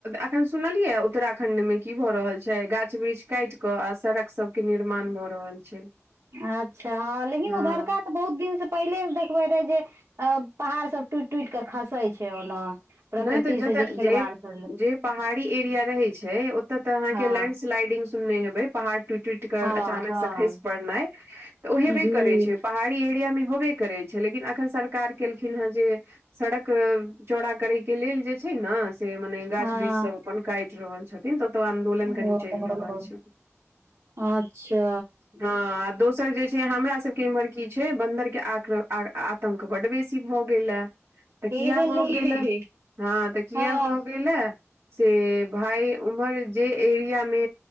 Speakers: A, on the right (about 55°); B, on the right (about 75°).
A: अखन सुनलियै उत्तराखंड में की भ रहल छै गाछ वृक्ष काट के आ सड़क सब के निर्माण भए रहल छै।
B: अच्छा हँ लेकिन
A: हँ
B: उधड़का तऽ बहुत दिन से पहिले से देखबे रहे जे पहाड़ सब टूटि टूटि के खसे छै ओना। प्रकृति
A: नहि तऽ जतऽ
B: से जे खिलवाड़ क
A: जे पहाड़ी एरिया रहैत छै ओतय तऽ अहाँके
B: हँ
A: लैंडस्लाइडिंग सुनने हेबै पहाड़ टुट टुट केऽ
B: हँ
A: अचानक
B: हँ
A: से खसि पड़नाइ तऽ ओ हेबे
B: जी
A: करे छै पहाड़ी एरिया मे होबे करै छै लेकिन अखन सरकार केलखिन हेँ जे सड़क चौड़ा करै के लेल जे छै ने से मने गाछ
B: हँ
A: वृक्ष सब अपन काटि रहल छथिन तऽ ओते आंदोलन
B: ओ
A: कनी चलि रहल छै। अच्छा।
B: अच्छा।
A: हँ आ दोसर जे से हमरा सभके इम्हर की छै बंन्दरके आ आ आतंक बड्ड बेसी भऽ गेल आ। तऽ
B: हे
A: किया
B: भेलै
A: भऽ गेला हँ तऽ किया
B: हँ
A: भऽ गेलआ से भाय उम्हर जे एरिया मे